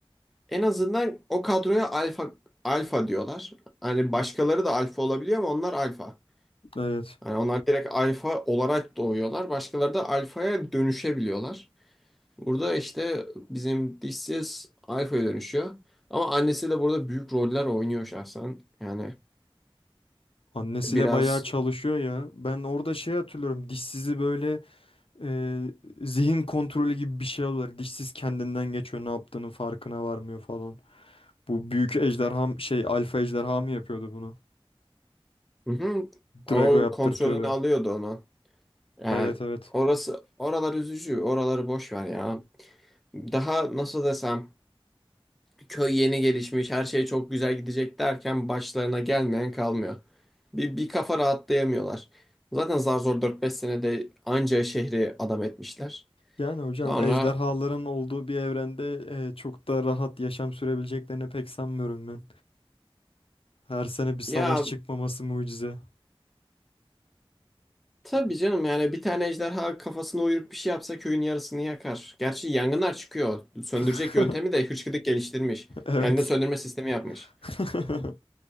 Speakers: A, in the centre; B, on the left (about 70°).
A: En azından o kadroya alfa alfa diyorlar. Hani başkaları da alfa olabiliyor ama onlar alfa.
B: Evet.
A: Hani onlar direkt alfa olarak doğuyorlar. Başkaları da alfaya dönüşebiliyorlar. Burada işte bizim dişsiz alfaya dönüşüyor. Ama annesi de burada büyük roller oynuyor şahsen. Yani
B: Annesiyle
A: biraz
B: bayağı çalışıyor ya. Ben orada şey hatırlıyorum. Dişsizi böyle Ee, zihin kontrolü gibi bir şey oluyor. Dişsiz kendinden geçiyor, ne yaptığının farkına varmıyor falan. Bu büyük ejderha m- şey alfa ejderha mı yapıyordu bunu?
A: Hı hı.
B: Drago
A: O
B: yaptırtıyordu.
A: kontrolünü alıyordu onu. Yani
B: Evet evet.
A: orası oralar üzücü. Oraları boş ver ya. Daha nasıl desem köy yeni gelişmiş, her şey çok güzel gidecek derken başlarına gelmeyen kalmıyor. Bir, bir kafa rahatlayamıyorlar. Zaten zar zor 4-5 senede anca şehri adam etmişler.
B: Yani hocam
A: Sonra
B: ejderhaların olduğu bir evrende e, çok da rahat yaşam sürebileceklerini pek sanmıyorum ben. Her sene bir savaş
A: ya
B: çıkmaması mucize.
A: tabii canım yani bir tane ejderha kafasına uyurup bir şey yapsa köyün yarısını yakar. Gerçi yangınlar çıkıyor. Söndürecek
B: <laughs>
A: yöntemi de hıçkıdık geliştirmiş.
B: Evet.
A: Yangın söndürme sistemi yapmış.
B: <laughs>